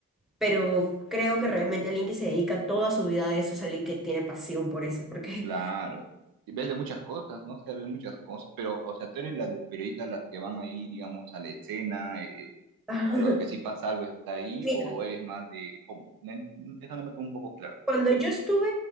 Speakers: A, in the centre; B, on the right.
A: pero creo que realmente alguien que se dedica toda su vida a eso es alguien que tiene pasión por eso, porque...
B: Claro. Y Ves de muchas cosas, ¿no? O sea, ves muchas cosas, pero, o sea, tú eres las periodistas las que van ahí, digamos, a la escena, eh,
A: <laughs>
B: a los que si pasa algo está ahí,
A: Mira,
B: o eres más de, ¿cómo? Me- Eso no me quedó un poco claro.
A: Cuando yo estuve